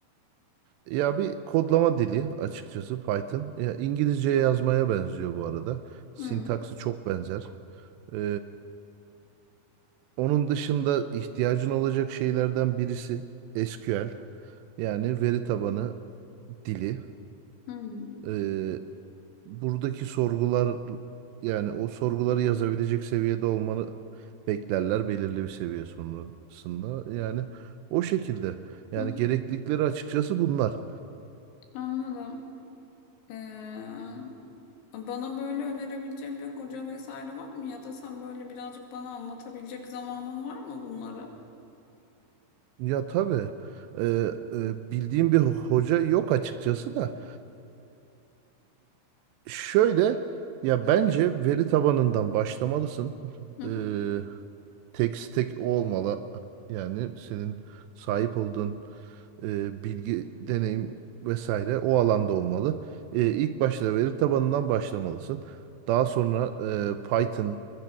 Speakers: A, on the right (about 80°); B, on the left (about 80°).
A: Ya bir kodlama dili açıkçası Python. Ya İngilizce yazmaya benziyor bu arada. Sintaksı
B: Hı,
A: çok benzer. Ee, onun dışında ihtiyacın olacak şeylerden birisi SQL. Yani veri tabanı dili.
B: hı,
A: Ee, buradaki sorgular yani o sorguları yazabilecek seviyede olmanı beklerler belirli bir seviye sonrasında. Yani o şekilde. Yani
B: hı.
A: gereklilikleri açıkçası bunlar.
B: Anladım. Ee, Bana böyle önerebileceğin bir hoca vesaire var mı? Ya da sen böyle birazcık bana anlatabilecek zamanın var mı bunları?
A: Ya tabii e, e, bildiğim bir ho- hoca yok açıkçası da. Şöyle ya bence veri tabanından başlamalısın.
B: Hı
A: Ee,
B: hı,
A: tek tek o olmalı. Yani senin sahip olduğun e, bilgi, deneyim vesaire o alanda olmalı. E, ilk başta veri tabanından başlamalısın. Daha sonra e, Python,